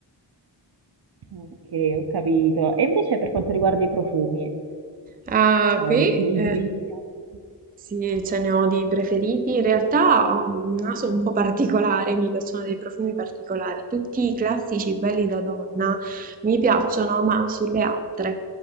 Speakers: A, on the right; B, on the right.
A: Ok, ho capito. E invece per quanto riguarda i profumi,
B: Ah,
A: eh,
B: qui?
A: li utilizzi?
B: eh.
A: Ti piacciono?
B: Sì, ce ne ho di preferiti. In realtà ho un naso un po' particolare, mi piacciono dei profumi particolari. Tutti i classici belli da donna mi piacciono, ma sulle altre,